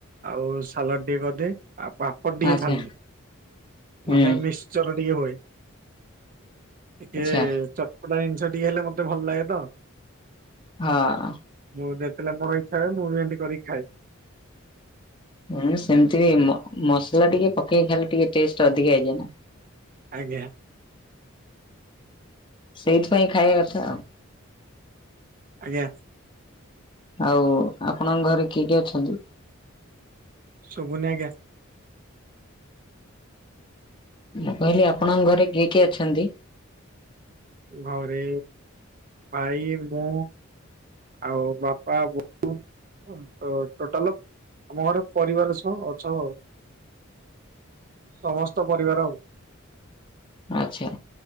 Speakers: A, on the right; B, on the left.
A: ଆଉ ସାଲଡ଼ ଟିକେ କରିଦିଏ ଆଉ ପାମ୍ପଡ଼ ଟିକେ
B: ଆଚ୍ଛା
A: ଛାଣିଦିଏ
B: ହୁଁ
A: ନହେଲେ ମିକ୍ସ ଚର ଟିକେ ହୁଏ ଟିକେ
B: ଆଚ୍ଛା
A: ଚର ଚଟ୍ପଟା ଜିନିଷ ଟିକେ ହେଲେ ମତେ ଭଲ ଲାଗେ ତ
B: ହଁ।
A: ମୁଁ ଯେତେବେଳେ ମୋର ଇଛା ହୁଏ ମୁଁ ଏମତି କରିକି ଖାଏ।
B: ହୁଁ ସେମିତି ବି ମସଲା ଟିକେ ପକେଇକି ଖାଲେ ଟିକେ ଟେଷ୍ଟ ଅଧିକା ହେଇଯାଏନା।
A: ଆଜ୍ଞା।
B: ସେଇଥିପାଇଁ ଖାଇବା କଥା ଆଉ
A: ଆଜ୍ଞା।
B: ଆଉ ଆପଣଙ୍କ ଘରେ କିଏ କିଏ ଅଛନ୍ତି?
A: ସୁବୁନି ଆଜ୍ଞା।
B: ମୁଁ କହିଲି ଆପଣଙ୍କ ଘରେ କିଏ କିଏ ଅଛନ୍ତି?
A: ଘରେ ଭାଇ ମୁଁ ଆଉ ବାପା ବୋଉ। ତ ଟୋଟାଲ ଆମ ଘରେ ପରିବାର ସହ ଛ ଆଉ ସମସ୍ତ ପରିବାର ଆଉ
B: ଆଚ୍ଛା